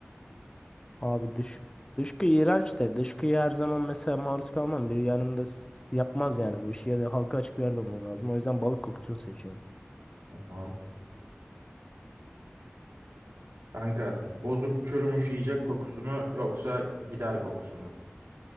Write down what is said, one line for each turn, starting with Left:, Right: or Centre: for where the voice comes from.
Left: Abi dış dışkı iğrenç de dışkıyı her zaman mesela maruz kalmam. Biri yanımda s- yapmaz yani bu işi ya da halka açık bir yerde olman lazım. O yüzden balık kokusunu seçiyorum.
Right: Tamam. Kanka bozuk çürümüş yiyecek kokusu mu yoksa gider kokusu mu?